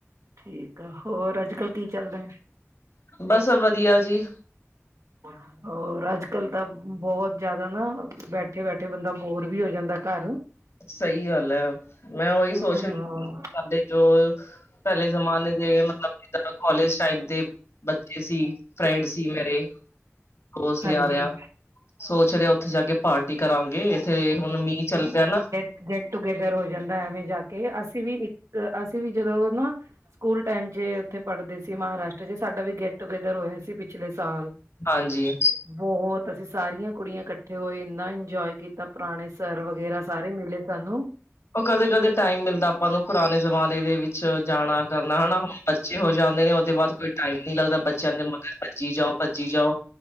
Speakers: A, on the right (about 80°); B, on the left (about 60°).
A: ਠੀਕ ਆ, ਹੋਰ ਅੱਜ-ਕਲ ਕੀ ਚੱਲਦਾ।
B: ਬਸ ਵਧੀਆ ਜੀ।
A: <inaudible> ਹੋਰ ਅੱਜ-ਕਲ ਤਾਂ ਬੋਤ ਜ਼ਿਆਦਾ ਨਾਂ ਬੈਠੇ-ਬੈਠੇ ਬੰਦਾ ਬੋਰ ਵੀ ਹੋ ਜਾਂਦਾ ਘਰ।
B: ਸਈ ਗੱਲ ਐ, ਮੈਂ ਉਈ
A: ਹਮ
B: ਸੋਚ ਰੀ, ਸਾਡੇ ਜੋ ਪੈਲੇ ਜ਼ਮਾਨੇ ਦੇ ਮਤਲਬ ਜਿੱਦਾਂ ਕਾਲਜ ਟਾਈਮ ਤੇ ਬੱਚੇ ਸੀ, ਫਰੈਂਡ ਸੀ ਮੇਰੇ, ਦੋਸਤ
A: ਹਾਂਜੀ
B: ਯਾਰ ਆ ਸੋਚ ਰੇ ਉੱਥੇ ਜਾ ਕੇ ਪਾਰਟੀ ਕਰਾਂਗੇ, ਇੱਥੇ ਹੁਣ ਮੀਂਹ ਚੱਲ ਪਿਆ ਨਾਂ
A: ਗੇੱਟ ਟੂਗੇਦਰ ਹੋ ਜਾਂਦਾ ਐਵੇਂ ਜਾ ਕੇ, ਅਸੀਂ ਵੀ ਇੱਕ ਅਸੀਂ ਵੀ ਜਦੋਂ ਨਾ ਸਕੂਲ ਟੈਮ ਚ ਓਥੇ ਪੜਦੇ ਸੀ ਮਹਾਰਾਸ਼- ਟਰ ਚ ਸਾਡਾ ਵੀ ਗੈਟ ਟੂਗੇਦਰ ਹੋਏਆ ਸੀ ਪਿਛਲੇ ਸਾਲ।
B: ਹਾਂਜੀ।
A: ਬੋਤ ਅਸੀਂ ਸਾਰੀਆਂ ਕੁੜੀਆਂ ਕੱਠੇ ਹੋਏ ਇੰਨਾ ਇੰਜੋਏ ਕੀਤਾ ਪੁਰਾਨੇ ਸਰ ਵਗੈਰਾ ਸਾਰੇ ਮਿਲੇ ਸਾਨੂੰ।
B: ਓ ਕਦੇ-ਕਦੇ ਟੈਮ ਮਿਲਦਾ ਆਪਾਂ ਨੂੰ ਪੁਰਾਨੇ ਜਮਾਨੇ ਦੇ ਵਿੱਚ ਜਾਨਾ ਕਰਨਾ ਹਨਾ ਬੱਚੇ ਹੋ ਜਾਂਦੇ ਨੇ ਓਦੇ ਬਾਦ ਕੋਈ ਟਾਈਮ ਨੀ ਲੱਗਦਾ ਬੱਚੇਆਂ ਦੇ ਮਗਰ ਭੱਜੀ ਜਾਓ-ਭੱਜੀ ਜਾਓ